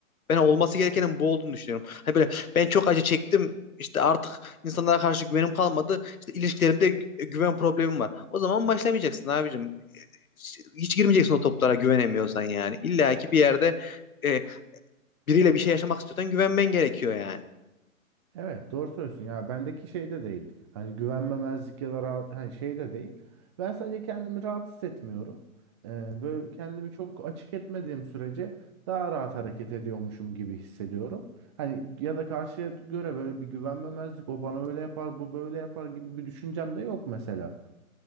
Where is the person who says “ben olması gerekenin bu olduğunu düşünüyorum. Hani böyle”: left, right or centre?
Left